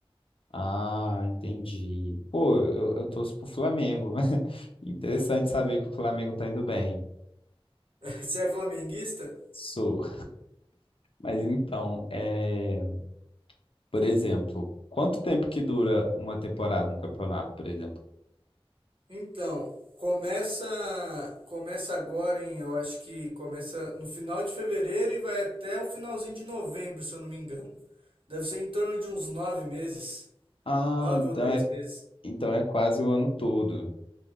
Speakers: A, on the left; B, on the right.
A: Ah, entendi. Pô, eu, eu torço pro Flamengo. <laughs> Interessante saber que o Flamengo tá indo bem.
B: Você <laughs> é flamenguista?
A: Sou. Mas
B: En-
A: então, é. Por exemplo, quanto tempo que dura uma temporada, um campeonato, por exemplo?
B: Então, começa começa agora em, eu acho que começa no final de fevereiro e vai até o finalzinho de novembro, se eu não me engano. Deve ser em torno de uns nove meses,
A: Ah,
B: nove
A: então
B: ou dez
A: é,
B: meses.
A: então é quase o ano todo.